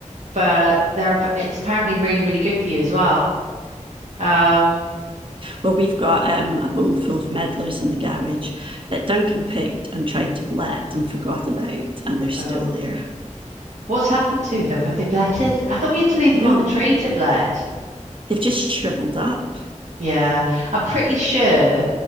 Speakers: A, on the right (about 65°); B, on the right (about 40°).
A: but there are, it's apparently really, really good for you as well. Um,
B: Well, we've got um, a bowl full of meddlers in the garage that Duncan picked and tried to blet and forgot about, and they're still
A: oh,
B: there.
A: what's happened to them? Have they bletted? I thought you had to leave
B: No,
A: them on the tree to blet.
B: they've just shriveled up.
A: Yeah, I'm pretty sure